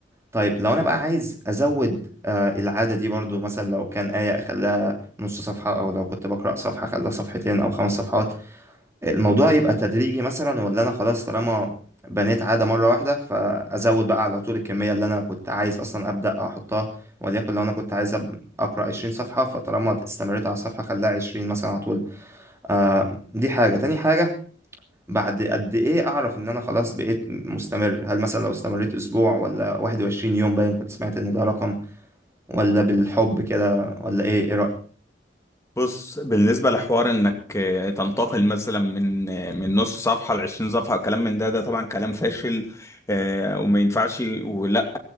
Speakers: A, on the right; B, on the left.
A: طيب لو انا بقى عايز ازود آه العاده دي برضو مثلا لو كان ايه اخليها نص صفحه او لو كنت بقرا صفحه اخليها صفحتين او خمس صفحات الموضوع يبقى تدريجي مثلا ولا انا خلاص طالما بنيت عادة مرة واحدة فازود بقى على طول الكمية اللي انا كنت عايز اصلا ابدا احطها وليكن لو انا كنت عايز أب- اقرا 20 صفحة فطالما استمريت على الصفحة خليها 20 مثلا على طول آه دي حاجة تاني حاجة بعد قد ايه اعرف ان انا خلاص بقيت مستمر هل مثلا لو استمريت اسبوع ولا 21 يوم باين كنت سمعت ان ده رقم ولا بالحب كده ولا ايه ايه رأيك
B: بص بالنسبة لحوار انك آه، تنتقل مثلا من آه، من نص صفحة لعشرين صفحة كلام من ده ده طبعا كلام فاشل آه، وما ينفعش ولا